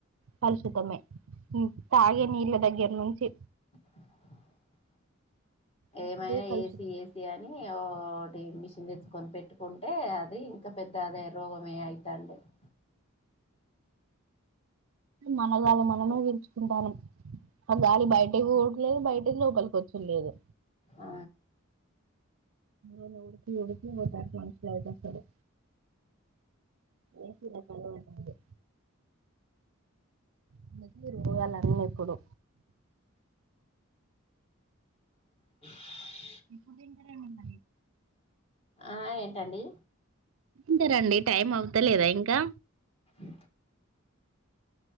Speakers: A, on the right (about 70°); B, on the left (about 30°).
A: కాలుషతమే తాగే నీళ్ళ దగ్గర నుంచి
B: <inaudible>
A: ప్రతిదీ
B: ఏమైనా
A: కలుషితమే
B: ఏసి ఏసి అని ఓటి మిషన్ తెచ్చుకొని పెట్టుకుంటే అది ఇంకా పెద్ద అదే రోగమే అయితండి <inaudible>
A: మన గాలి మనమే పీల్చుకుంటానము ఆ గాలి బయటపోదు లేదు బయట లోపలికి వచ్చడులేదు
B: ఆ
A: అ ఉడుకి ఉడకి పోతారు మనుషులు ఐతే అసలు ఏసీ లకు అలవాటు పడి అందుకే రోగలన్నీ ఇప్పుడు
B: <inaudible>
A: ఇప్పుదంటర ఏమన్న
B: ఆ ఏంటండి
A: టారండి టైం అవతాలేదా ఇంకా
B: <inaudible>